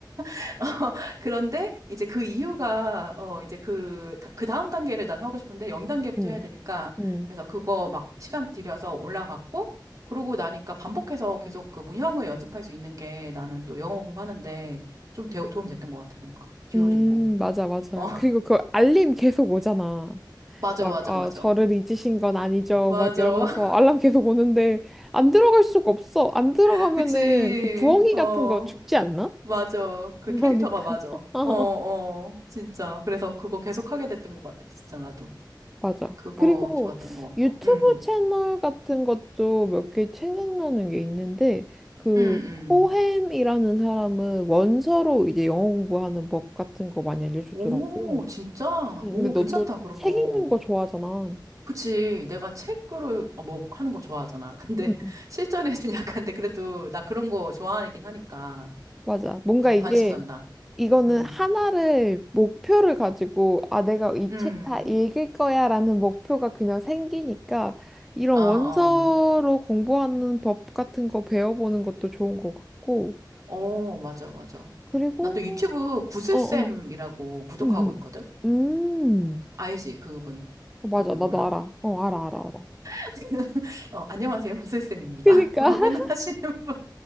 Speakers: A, on the right; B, in the centre.
A: <laughs> 그런데 이제 그 이유가 어 이제 그 그 다음 단계를 난 하고 싶은데 0단계부터
B: 응,
A: 해야 되니까
B: 응.
A: 그래서 그거 막 시간 들여서 올라갔고 그러고 나니까 반복해서 계속 그 문형을 연습할 수 있는 게 나는 또 영어 공부하는데 좀 대- 도움 됐던 것 같아 뭔가 듀오링고
B: 음, 맞아, 맞아.
A: 어 <laughs>
B: 그리고 그 알림 계속 오잖아.
A: 맞아
B: 막,
A: 맞아
B: 아,
A: 맞아
B: 저를 잊으신 건 아니죠.
A: 맞아
B: 막 이러면서 알람 계속 오는데, 안 들어갈 수가 없어. 안 들어가면은
A: <laughs> 그치
B: 그 부엉이
A: 어
B: 같은 거 죽지 않나?
A: 맞아 그
B: 그러니까.
A: 캐릭터가 맞아
B: <laughs>
A: 어 어 진짜 그래서 그거 계속 하게 됐던 것 같아 진짜 나도
B: 맞아.
A: 그거
B: 그리고
A: 좋았던 것 같고
B: 유튜브
A: 음.
B: 채널 같은 것도 몇 개 생각나는 게 있는데, 그,
A: 응, 응.
B: 코햄이라는 사람은 원서로 이제 영어 공부하는 법 같은 거 많이 알려주더라고.
A: 오, 진짜?
B: 응,
A: 오,
B: 근데
A: 괜찮다,
B: 너 또
A: 그런
B: 책
A: 거.
B: 읽는 거 좋아하잖아.
A: 그치. 내가 책으로 어, 뭐 하는 거 좋아하잖아. 근데
B: 응,
A: <laughs> 실전에 좀 약한데, 그래도 나 그런 거 좋아하긴 하니까.
B: 맞아. 뭔가
A: 너무
B: 이게
A: 관심 간다.
B: 이거는
A: 응,
B: 하나를 목표를 가지고 아 내가 이
A: 응.
B: 책 다 읽을 거야라는 목표가 그냥 생기니까 이런
A: 어, 어.
B: 원서로 공부하는 법 같은 거 배워보는 것도 좋은 것 같고
A: 어, 맞아, 맞아.
B: 그리고
A: 나 또 유튜브 구슬쌤이라고
B: 어어
A: 구독하고
B: 음음
A: 있거든?
B: 음
A: 알지, 그분.
B: 맞아
A: 그분
B: 나도
A: 몰라?
B: 알아 어 알아 알아 알아
A: <laughs> 어, 안녕하세요. 구슬쌤입니다.
B: 그니까
A: <laughs> 막
B: <laughs>
A: 맨날 하시는 분.